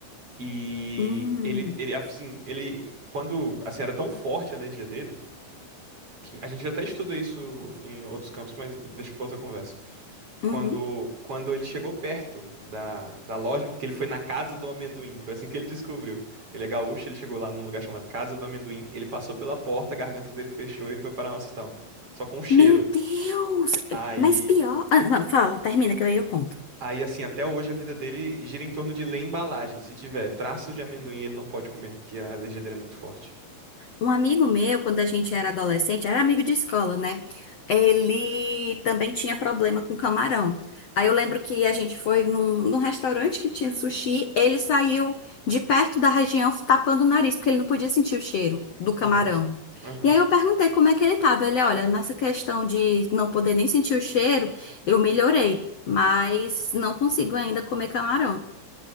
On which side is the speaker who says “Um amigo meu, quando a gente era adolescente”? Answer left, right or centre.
Left